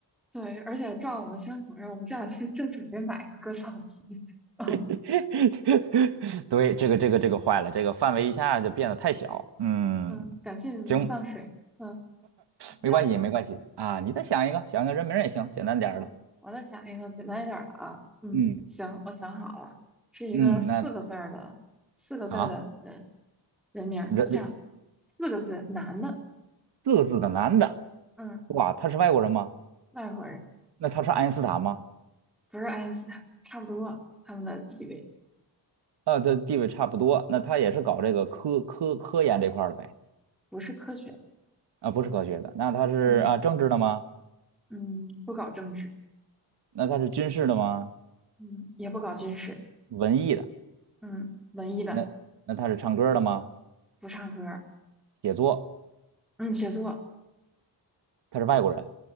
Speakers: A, in the centre; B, on the right.
A: 对，而且照我们相口人，我们这两天正准备买个割草机。<laughs> 啊，
B: <laughs> 对，这个这个这个坏了，这个范围一下就变得太小。嗯，
A: 嗯，感谢你们的放水。
B: 行，
A: 嗯，
B: 没关系没关系啊，
A: 要不
B: 你再想一个，想个人名儿也行，简单点儿的。
A: 我我再想一个简单一点儿的啊。嗯，
B: 嗯
A: 行，我想好了，是一个四个字儿的。
B: 嗯，那
A: 四个字儿的，
B: 啊，
A: 人。人名儿，
B: 人人
A: 我讲四个字，男的，
B: 四个字的男的，
A: 嗯，
B: 哇，他是外国人吗？
A: 外国人，
B: 那他是爱因斯坦吗？
A: 不是爱因斯坦，差不多，他们的地位
B: 呃，这地位差不多。那他也是搞这个科科科研这块儿的呗？
A: 不是科学的，
B: 啊，不是科学的。那他是啊政治的吗？
A: 嗯嗯，不搞政治，
B: 那他是军事的吗？
A: 嗯，也不搞军事，
B: 文艺的？
A: 嗯，文艺的，
B: 那那他是唱歌的吗？
A: 不唱歌儿，
B: 写作？
A: 嗯，写作，
B: 他是外国人，